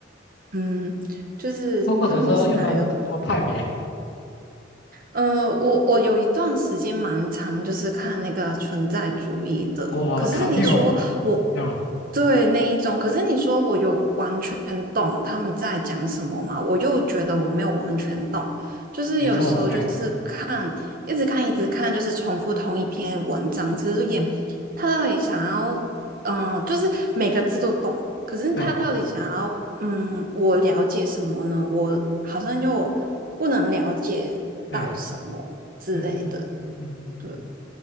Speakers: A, on the right (about 50°); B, on the left (about 60°).
A: 嗯，就是他们是哪一个
B: 或或者说有没有什么派别？
A: 呃，我我有一段时间蛮长，就是看那个存在主义的。
B: 哦，
A: 可是你说我
B: 卡缪啊、
A: 对那一种，可是你说我有完全懂他们在讲什么嘛？我又觉得我没有完全懂，就是有时候就是看，
B: 没错，哎，
A: 一直看，一直看，就是重复同一篇文章，其实也他到底想要嗯，就是每个字都懂，可是他到底想要，
B: 对
A: 嗯，我了解什么呢？我好像又不能了解到什么之类的。
B: 对，嗯嗯嗯嗯嗯嗯
A: 对，